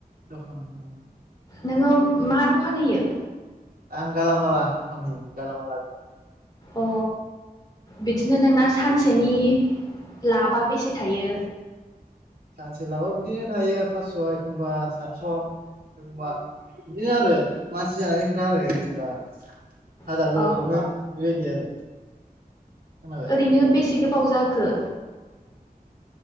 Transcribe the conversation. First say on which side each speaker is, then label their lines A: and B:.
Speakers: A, on the right; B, on the left.
A: <unintelligible>
B: नोङो मा दखान होयो?
A: आं गालामाला दख गालामाल।
B: अ बिदिनो नोंना सानसेनि लाबा बेसे थायो?
A: सोलाबा बिदिनो थायो फासस' एखमबा सातस' एखमबा बिदिनो आरो मानसि जानायनि खोथा आरो एखब। होनबा हाजारबो
B: औ
A: मोनो बेबायदि आरो। खोनाबाय
B: ओरैनो बेसे गोबाव जाखो?